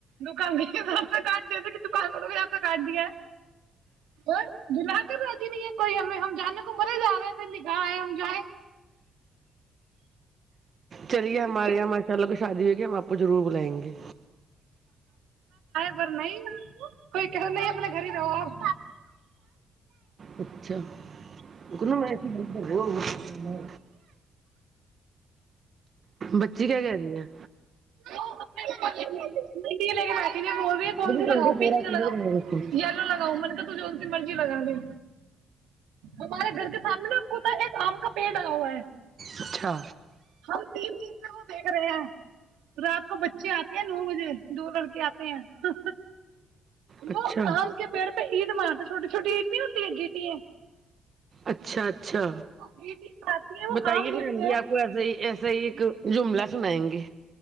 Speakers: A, on the right; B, on the right.
A: دکانسا کاٹ د تھ کہ دکان والوں بھی آسا کاٹ دیا اور دم باتی نہیں ہے کوئی ہمیں ہم جانے کو مرے جا رہے ہیں ن گا ہے جوائے
B: چلییا
A: کسی
B: ماریا
A: کو
B: ماشاءلہ کچھ شادی ہو کیی ہم آپ کو رور بلائیں گے
A: پر نہیں کوئی کہ نہیں اپنے گھر ہی رہو آپ
B: اچھا کو میں ای کر رہ بچی کیا کہ آنی ہے
A: <unintelligible> <unintelligible> یہ بول رہی کون
B: بالکل
A: سی
B: ٹوینٹی
A: لگاؤ
B: فور
A: پنک
B: آور
A: سے
B: کھلا
A: لگاؤ
B: رہے اس کو
A: یلو لگاؤ من کہ ت جو سی مرضی لگا ل ہمارے گھر کے سامنے آپ خ ایک آم کا پیڑ آگا ہوا ہے
B: اچھا
A: ہاں تین دن میں وہ دیکھ رہے ہیں رات کو بچے آتے ہیں نو بجے دو لڑکے آتے ہیں
B: اچھا
A: وہ آم کے پڑ پ اٹ مار د چھوٹی چوٹی اٹ نہیں ہوتی اگٹی ہے
B: اچھا اچھ اچھا
A: وہ گیٹیں مارتی ہیں وہ
B: بتائیے
A: آم گرتے
B: پ رمبی
A: ہیں
B: آپ کو ایسا ہی ایسا ہی ایک جملہ سنائیں گے